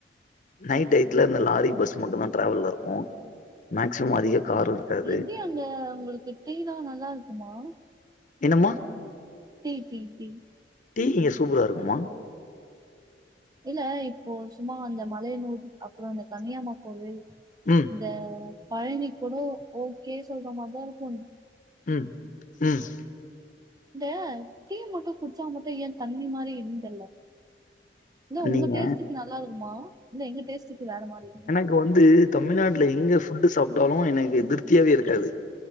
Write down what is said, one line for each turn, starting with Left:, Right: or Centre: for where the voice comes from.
Left: நைட் டைத்துல இந்த லாரி பஸ் மட்டும்தான் ட்ராவல்ல இருக்கும் மேக்சிமம் அதிகம் காரு இருக்காது
Right: எப்டி அங்க உங்களுக்கு டீ தான் நல்லா இருக்குமா
Left: என்னமா
Right: டீ டீ டீ
Left: டீ இங்க சூப்பரா இருக்குமா
Right: இல்ல இப்போ சும்மா இந்த மலையனூர் அப்புறம் இந்த கங்கையம்மா கோவில்
Left: உம்
Right: இந்த பழனி கூட ஓகே சொல்ற மாரிதான் இருக்கும்
Left: உம் உம்
Right: இந்த டீ மட்டும் குடிச்சா மட்டும் ஏன் தண்ணி மாரி இருக்குனு தெரியல இல்ல உங்க
Left: நீங்க
Right: டேஸ்ட்டுக்கு நல்லா இருக்குமா இல்ல எங்க டேஸ்ட்டுக்கு வேற மாரி இருக்குமா
Left: இப்ப வந்து தமிழ்நாட்டுல எங்க ஃபுட்டு சாப்ட்டாலும் எனக்கு திருப்தியாவே இருக்காது